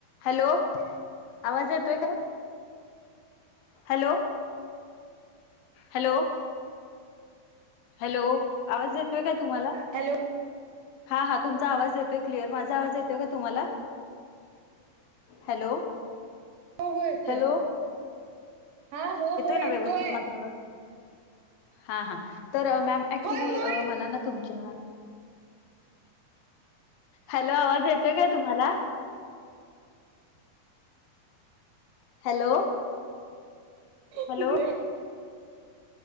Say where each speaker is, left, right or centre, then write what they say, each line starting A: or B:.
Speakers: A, on the left; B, on the right.
A: Hello, आवाज येतोय का? हॅलो. हॅलो. हॅलो. आवाज येत तोय का तुम्हाला?
B: हॅलो
A: हा हा तुमचा आवाज येतोय क्लिअर. माझा आवाज येतोय का तुम्हाला? हॅलो
B: हो हो येतोय.
A: हॅलो
B: हा हो हो येतोय.
A: ना व्यवस्थित माझा आवाज हा हा तर मॅम ऍक्च्युली
B: होय होय
A: मला ना तुमच्या. हॅलो आवाज येतोय काय तुम्हाला? हॅलो
B: ह
A: हॅलो
B: ह नाही.